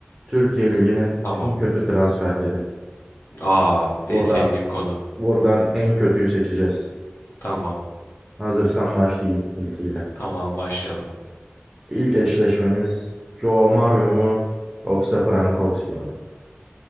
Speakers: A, on the right; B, on the left.
A: Türkiye Ligi'nin
B: Tamam.
A: en kötü transferleri.
B: Aa en
A: Buradan,
B: sevdiğim konu.
A: buradan en kötüyü seçeceğiz.
B: Tamam.
A: Hazırsan başlayayım ilkiyle.
B: Tamam başlayalım.
A: İlk eşleşmemiz Joao Mario mu yoksa Frankowski mi?